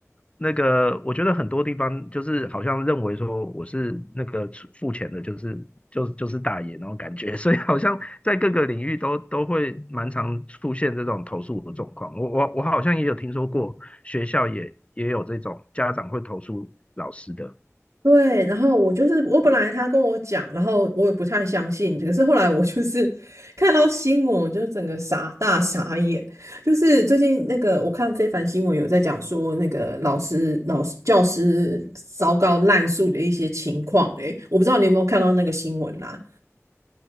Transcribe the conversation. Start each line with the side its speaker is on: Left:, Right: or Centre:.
Left: 那个，我觉得很多地方就是好像认为说我是那个出付钱的，就是就就是大爷那种感觉，所以好像在各个领域都都会蛮常出现这种投诉的状况。我我我好像也有听说过，学校也也有这种家长会投诉老师的。
Right: 对，然后我就是我本来他跟我讲，然后我也不太相信，可是后来我就是 <laughs> 看到新闻，我就整个傻大傻眼。就是最近那个我看非凡新闻有在讲说那个老师、老师、教师糟糕滥诉的一些情况，诶，我不知道你有没有看到那个新闻啦？